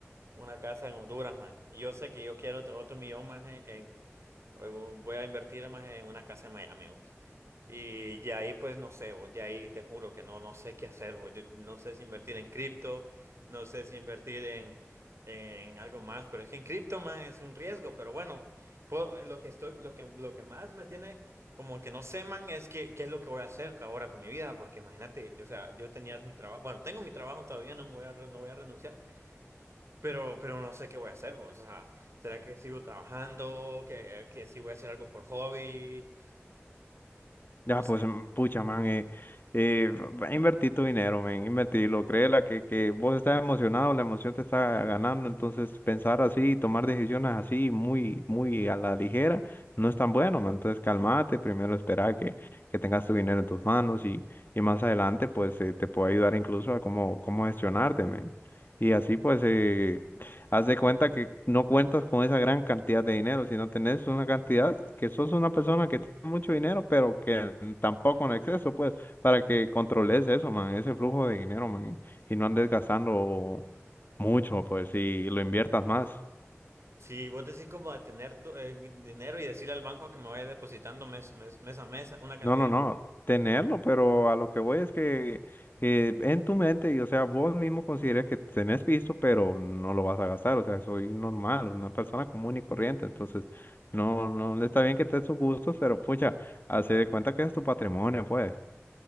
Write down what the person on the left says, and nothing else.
Ya,
pues,
mm, pucha, man, eh, eh, va- invertí tu dinero, man, invertirlo. Créela que, que vos estás emocionado, la emoción te está ganando, entonces pensar así, tomar decisiones así, muy, muy a la ligera, no es tan bueno, man. Entonces, calmate, primero espera que, que tengas tu dinero en tus manos y, y más adelante, pues, eh, te puede ayudar incluso a cómo, cómo gestionarte, man. Y así, pues, eh, haz de cuenta que no cuentas con esa gran cantidad de dinero, sino tenés una cantidad que sos una persona que tiene mucho dinero, pero que tampoco en exceso, pues, para que controles eso, man, ese flujo de dinero, man, y y no andes gastando mucho, pues, y lo inviertas más.
No, no, no, tenerlo, pero a lo que voy es que eh, en tu mente, y o sea, vos mismo consideres que tenés visto, pero no lo vas a gastar, o sea, soy normal, una persona común y corriente, entonces, no, no, no está bien que te des tus gustos, pero pucha, hace de cuenta que es tu patrimonio, pues, o